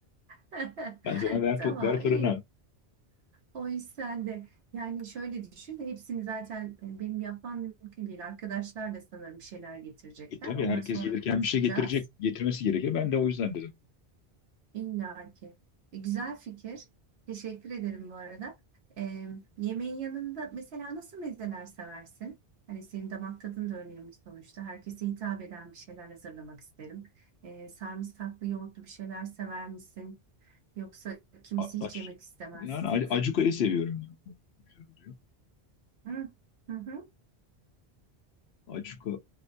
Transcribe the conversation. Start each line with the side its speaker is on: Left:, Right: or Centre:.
Right: <laughs>
Left: Ben sana ver,
Right: Tamam
Left: fı- ver fırına.
Right: iyi. O iş sende. Yani şöyle düşün. Hepsini zaten e, benim yapmam mümkün değil. Arkadaşlar da sanırım bir şeyler getirecekler.
Left: E tabii
Right: Onları
Left: herkes
Right: sonra
Left: gelirken
Right: konuşacağız.
Left: bir şey getirecek, getirmesi gerekir. Ben de o yüzden dedim.
Right: İlla ki. E, Güzel fikir. Teşekkür ederim bu arada. E, yemeğin yanında mesela nasıl mezeler seversin? Hani senin damak tadın da önemli sonuçta. Herkese hitap eden bir şeyler hazırlamak isterim. E, sarımsaklı yoğurtlu bir şeyler sever misin? Yoksa kimisi
Left: A-
Right: hiç
Left: aç-
Right: yemek istemez.
Left: Yani a- acuka'yı seviyorum ben. O Güzel oluyor.
Right: Hı hı. hı.
Left: Acuka